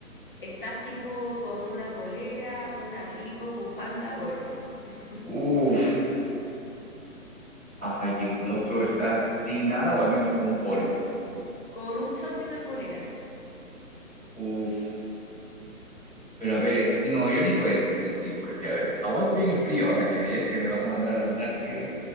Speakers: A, on the left; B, in the centre.
A: Estás tipo con una polera, un abrigo, bufanda, gorro. <laughs>
B: Uf. Ah, y en el otro estar sin nada o al menos con un polo.
A: Con un short y una polera.
B: Uf. Pero a ver, es- y no, yo elijo esa, sí, sí, porque a ver, aguanto bien el frío ahora que me digas que me vas a mandar a la Antártida.